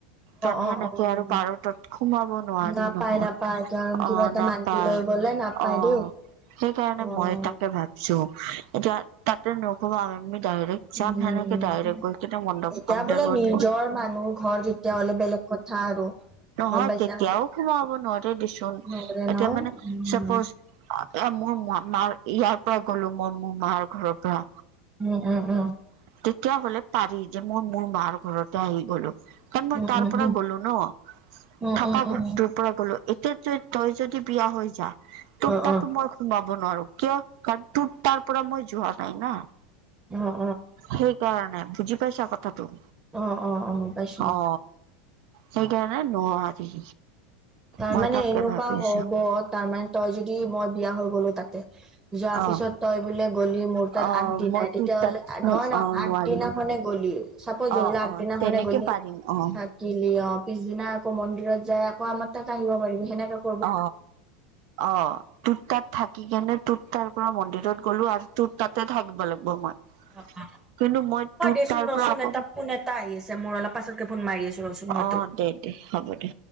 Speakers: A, on the right; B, on the right.
A: তেনে
B: অ',
A: সেনেকে
B: অ'।
A: আৰু কাৰো তাত সোমাব নোৱাৰি
B: নাপায়
A: নহয়
B: নাপায় কাৰণ কিবা
A: অহ
B: এটা
A: নাপায়।
B: মান্তি লৈ গ'লে নাপায়
A: অ
B: দেই।
A: সেইকাৰণে
B: অ',
A: মই তাকে ভাবিছো এতিয়া তাত তে নকবা আৰু আমি ডাইৰেক্ট
B: উম,
A: যাম সেনেকে ডাইৰেক্ট গৈ কিনে মণ্ডপ
B: এতিয়া
A: মন্দিৰ
B: বোলে
A: গৈ
B: নিজৰ
A: কিনি
B: মানুহ ঘৰ যেতিয়া হলে বেলেগ কথা আৰু
A: নহয়
B: গম পাইছা
A: তেতিয়াও সোমাব নোৱাৰে দে চোন
B: নহ'লে ন
A: এতিয়া মানে
B: উম।
A: চাপ'জ তাকে মোৰ ম মাৰ ইয়াৰ পৰা গ'লো মোৰ মো মাৰ ঘৰৰ পৰা।
B: উম উম উম।
A: তেতিয়া হলে পাৰি যে মই মোৰ মাৰ ঘৰতে আহি গলো। কাৰণ মই
B: উম,
A: তাৰ
B: উম,
A: পৰা
B: উম,
A: গ'লো ন
B: উম,
A: থকা
B: উম, উম,
A: ঘৰটোৰ পৰা গ'লো এতিয়া তই তই যদি বিয়া হৈ যা তোৰ
B: অ', অ',
A: তাতো
B: অ', অ'।
A: মই সোমাব নোৱাৰো কিয় কাৰণ তোৰ তাৰ পৰা মই যোৱা নাই না
B: অ', অ',
A: সেইকাৰণে বুজি পাইছা কথাটো।
B: অ অ অ পাইছোঁ।
A: অ সেইকাৰণে নোৱাৰি।
B: তাৰমানে
A: মই তাকে
B: এনেকোৱা
A: ভাবি আছো
B: হব তাৰমানে তই যদি মই বিয়া হৈ গলো তাতে যোৱাৰ
A: অ
B: পিছত তই বোলে গ'লি মোৰ
A: অ',
B: তাত আগদিনাই
A: মই
B: তেতিয়া
A: তোৰ
B: হ'লে
A: তাত
B: নহয় ন
A: অ',
B: আগদিনাখনে
A: নোৱাৰিম
B: গ'লিয়ে চাপউজ ধৰিলো
A: অ',
B: আগদিনাখনে
A: অ', তেনেকে
B: গলি
A: পাৰিম অ',
B: তাত কিলি অ পিছদিনা আকৌ মন্দিৰত যাই আকৌ আমাৰ তাক আহিব পাৰিবি সেনেকক
A: অ অ তোৰ তাত। থাকি কেনে তোত তাৰ পৰা মন্দিৰত গ'লো আৰু তোত তাতে থাকিব লাগিব মই।
B: অ অ
A: কিন্তু মই
B: হয়
A: তোৰ
B: দেচোন
A: তাৰ
B: ৰচোন
A: পৰা আকৌ
B: এটা ফোন এটা আহি আছে মোৰ অলপ পাছতকে ফোন মাৰি আছো ৰচোন মই
A: অ',
B: তোক
A: দে দে হ'ব দে।